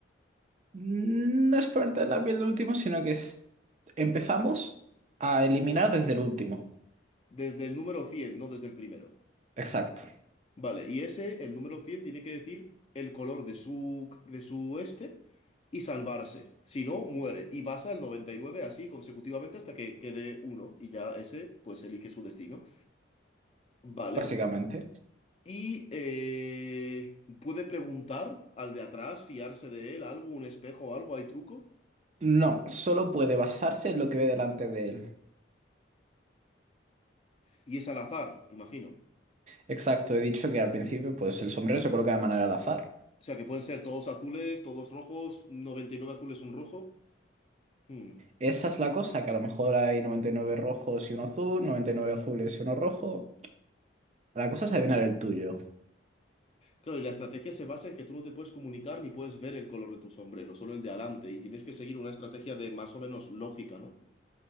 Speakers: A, on the right; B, on the left.
A: No es por la piel del último, sino que es- empezamos a eliminar desde el último.
B: Desde el número cien no desde el primero.
A: Exacto,
B: Vale, y ese, el número 100 tiene que decir el color de su, de su este y salvarse. Si no, muere. Y vas al 99 así consecutivamente hasta que quede uno y ya ese pues elige su destino. Vale.
A: básicamente.
B: Y eh, puede preguntar al de atrás, fiarse de él, algo, un espejo o algo, hay truco.
A: No, solo puede basarse en lo que ve delante de él.
B: Y es al azar, imagino.
A: Exacto, he dicho que al principio pues el sombrero se coloca de manera al azar.
B: O sea que pueden ser todos azules, todos rojos, 99 azules, un rojo. Hmm.
A: Esa es la cosa, que a lo mejor hay 99 rojos y uno azul, 99 azules y uno rojo. La cosa es adivinar el tuyo.
B: Claro, y la estrategia se basa en que tú no te puedes comunicar ni puedes ver el color de tu sombrero, solo el de adelante. Y tienes que seguir una estrategia de más o menos lógica, ¿no?